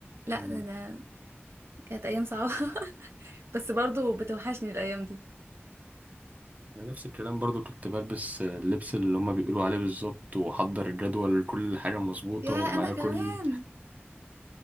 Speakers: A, on the right; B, on the right.
A: لا
B: مم.
A: ده, ده كانت ايام صعبه <laughs> بس برضو بتوحشني الايام دي
B: أنا نفس الكلام برضو كنت بلبس اللبس اللي هما بيقولوا عليه بالظبط واحضر الجدول كل حاجة مظبوطة
A: يا انا
B: ومعايا
A: كمان
B: كل